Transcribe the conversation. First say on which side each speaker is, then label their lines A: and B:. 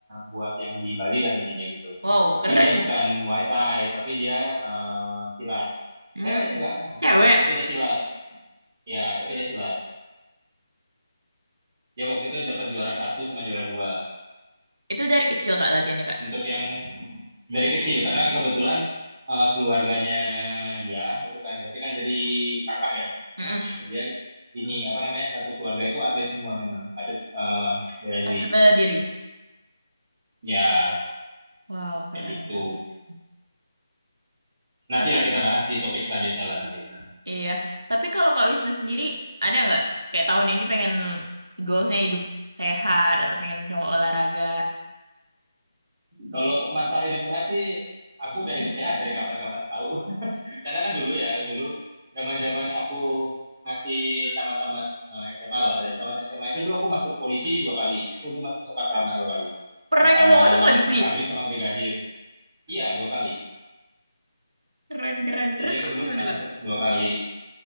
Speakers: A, on the right (about 25°); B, on the right (about 70°).
A: buat yang di Bali lah intinya gitu.
B: Wow,
A: Tapi
B: keren.
A: dia bukan Muay Thai, tapi dia eh, silat.
B: Hmm.
A: Cewek juga sama.
B: Cewek.
A: Tapi dia silat. Ya, tapi dia silat. Dia waktu itu dapat juara satu sama juara dua.
B: Itu dari kecil Kak latihannya Kak.
A: untuk yang dari kecil karena kebetulan eh, keluarganya dia itu kan berarti kan dari kakak ya
B: Mm-mm.
A: nah dia ini apa namanya satu keluarga itu atlet semua memang atlet eh, bela
B: Atlet
A: diri
B: bela diri.
A: ya
B: Wow, keren
A: kayak gitu
B: banget.
A: nantilah
B: Tapi
A: kita bahas di topik selanjutnya lah nanti ya.
B: iya, tapi kalau Kak Wisnu sendiri ada nggak kayak tahun ini pengen goalsnya hidup sehat atau pengen coba olahraga?
A: kalau masalah hidup sehat sih aku udah hidup sehat dari kapan-kapan tahu Karena kan dulu ya, dulu zaman-zaman aku masih tamat-tamat eh, SMA lah. Dari tamat SMA itu dulu aku masuk polisi dua kali. Aku dulu masuk asrama dua kali.
B: Pernah
A: Sama
B: nyoba masuk polisi?
A: akabri sama brigadir. Iya, dua kali.
B: Keren, keren. Terus,
A: Jadi aku
B: terus
A: dulu
B: gimana,
A: pernah
B: Kak?
A: masuk dua kali.